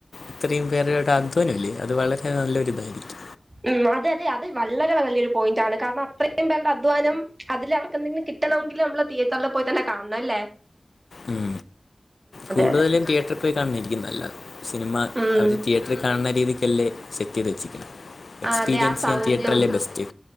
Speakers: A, on the left (about 80°); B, on the right (about 35°).
A: ഇത്രയും പേരുടെ അധ്വാനല്ലേ അത് വളരെ നല്ലൊരു ഇതായിരിക്കും.
B: ഉം അതെ അതെ അത് വളരെ വലിയൊരു പോയിന്റ് ആണ്, കാരണം അത്രയും പേരുടെ അധ്വാനം അതിൽ അവർ എന്തെങ്കിലും കി കിട്ടണമെങ്കിൽ നമ്മള് തീയേറ്ററിൽ പോയി തന്നെ കാണണമല്ലോ.
A: ഉം കൂടുതലും
B: അതെ
A: തീയേറ്ററിൽ പോയി കാണുന്നായിരിക്കും നല്ലത് സിനിമ
B: ഉം
A: അവര് തീയേറ്റ തീയറ്ററിൽ കാണുന്ന രീതിക്കല്ലേ സെറ്റ് ചെയ്ത് വെച്ചേക്കേണ്,
B: ആ,
A: എക്സ്പീരിയൻസ്
B: അതെ ആ സൗണ്ടും
A: ചെയ്യാൻ തീയറ്റർ അല്ലേ ബെസ്റ്റ്.